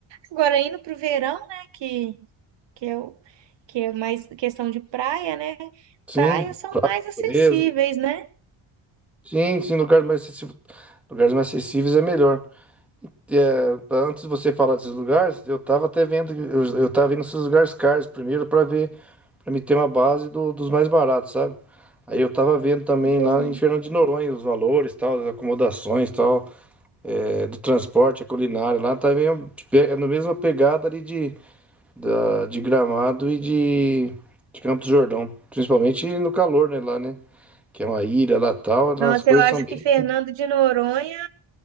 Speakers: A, on the right (about 60°); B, in the centre.
A: Agora, indo para o verão, né? Que, que, é o- que é mais questão de praia, né?
B: Sim,
A: Praias são mais acessíveis,
B: natureza.
A: né?
B: Sim, sim, lugares mais acessíveis, lugares mais acessíveis é melhor. É, pra- antes de você falar desses lugares, eu tava até vendo, eu, eu tava vendo esses lugares caros primeiro para ver, para me ter uma base do- dos mais baratos, sabe? Aí eu tava vendo também
A: Entendi.
B: lá em Fernando de Noronha os valores, tal, as acomodações, tal. é, do transporte, a culinária lá tá meio, tipo, é na mesma pegada ali de, da, de Gramado e de, de Campos do Jordão. Principalmente no calor, né, lá, né? Que é uma ilha lá tal, lá
A: Nossa,
B: as coisas
A: eu acho
B: são bem.
A: que Fernando de Noronha